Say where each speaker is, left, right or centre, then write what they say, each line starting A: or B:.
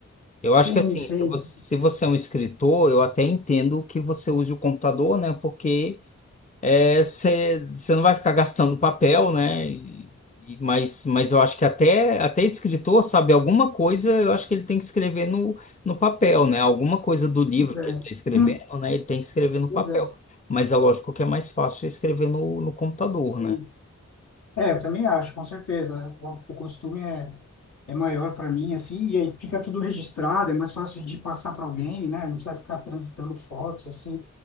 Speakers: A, on the left; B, on the left.
A: Eu acho
B: Sim,
A: que assim,
B: sei,
A: se você,
B: sim.
A: se você é um escritor, eu até entendo que você use o computador, né? Porque é, você você não vai ficar gastando papel, né? E- e- mas, mas eu acho que até, até escritor, sabe, alguma coisa, eu acho que ele tem que escrever no, no papel, né? Alguma coisa do livro
B: Pois
A: que
B: É.
A: ele está escrevendo,
B: Hum,
A: né? Ele tem que escrever no
B: Pois
A: papel.
B: é,
A: Mas é lógico que é mais fácil escrever no, no computador,
B: sei.
A: né?
B: É, eu também acho, com certeza. O, o costume é, é maior para mim, assim, e aí fica tudo registrado, é mais fácil de passar para alguém, né? Não precisa ficar transitando fotos, assim.